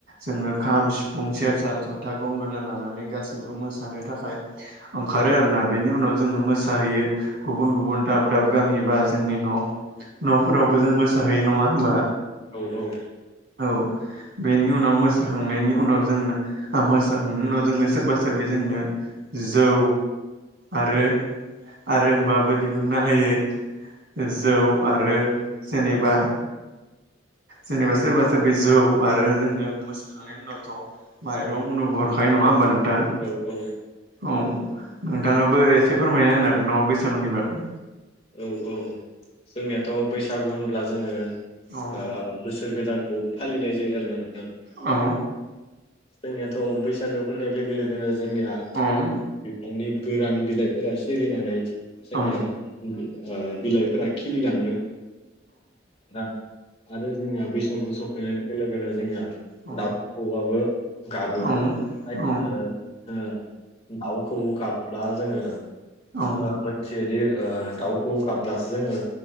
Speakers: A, on the right; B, on the left.
A: जोङो खाम सिफुं सेरजा जथा गंगोना लानानै गासैबो मोसानो थाखाय ओंखारो आरोना बेनि उनाव जोङो मोसाहैयो गुबुन गुबुन दाब दाब गामि बा जोंनि न' न'फोरावबो जों मोसाहैै नङा होमबा?
B: औ औ
A: औ बेनि उनाव मोसाखांनायनि उनाव जोंना आ मोस जाखांनायनि उनाव जोंनो सोरबा सोरब जोंनो जौ आरो आरो होमबाबो दिहुननो हायो। जौ आरो जेनेबा जेनेबा सोरबा सोरब जौ आरो जोंनो मोसाखांनायनि उनावथ' माइरं उनु हख नङा होनबा नोंथां?
B: औ-औ
A: औ नोंथाङाबो एसे फोरमायना होनो हागोन नामा बैसागुनि बागै?
B: औ औ जोंनियाथ' बैसागु होनब्ला जोङो ओ
A: औ
B: बोसोर गोदानखौ फालिनाय जायो आरो ना नोंथां।
A: औ।
B: जोंनियाथ' बैसागोआव फैनाय लोगो लोगोनो जोंनिया बिफांनि
A: औ
B: गोरान बिलाइफोरा सिरिनानै जोंनिया
A: औ
B: आ बिलाइफोरा खिलिलाङो आरो जोंनिया बैस अखौ सफैनाय लोगो लोगोनो जोंनिया
A: औ
B: दाउखौआआबो गाबो।
A: औ औ
B: ओ ओ दाउखौ गाबब्ला जोङो
A: औ
B: मोनथियदि ओ दाउ खौऔ गाबब्लासो जोङो